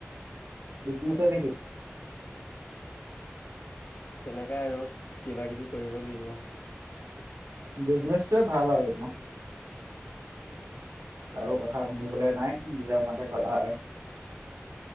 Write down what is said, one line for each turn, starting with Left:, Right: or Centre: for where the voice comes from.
Right: বিজনেছত নেকি?
Left: তেনেকাই আৰু কিবা কিবি কৰিব লাগিব।
Right: বিজনেচটোয়ে ভাল আৰু ন'? কাৰো কথা শুনিবলৈ নাই, নিজৰ মতে কৰা হয়।